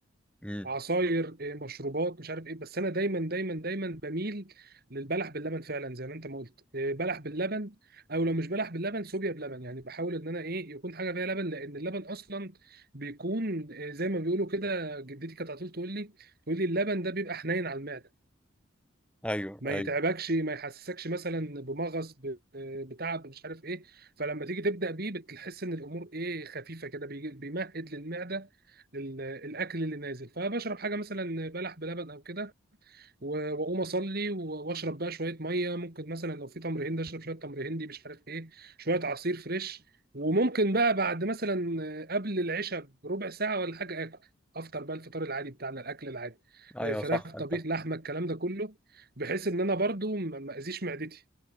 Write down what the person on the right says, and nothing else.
عصاير إيه، مشروبات مش عارف ايه بس انا دايما دايما دايما بميل للبلح باللبن فعلا زي ما انت ما قلت إيه، بلح باللبن او لو مش بلح باللبن صوبيا بلبن يعني بحاول ان انا ايه يكون حاجه فيها لبن لان اللبن اصلا بيكون إيه، زي ما بيقولوا كده جدتي كانت على طول تقول لي تقول لي اللبن ده بيبقى حنين على المعده
ما
يتعبكش ما يحسسكش مثلا بمغص ب- بتعب مش عارف ايه فلما تيجي تبدا بيه بتحس ان الامور ايه خفيفه كده بيجي- بيمهد للمعده للاكل اللي نازل فبشرب حاجه مثلا بلح بلبن او كده و- واقوم اصلي و- واشرب بقى شويه ميه ممكن مثلا لو في تمر هندي اشرب شويه تمر هندي مش عارف ايه شويه عصير فريش وممكن بقى بعد مثلا قبل العشاء بربع ساعه ولا حاجه اكل افطر بقى الفطار العادي بتاعنا الاكل العادي
فراخ
طبيخ لحمه الكلام ده كله بحيث ان انا برضو ما ما اذيش معدتي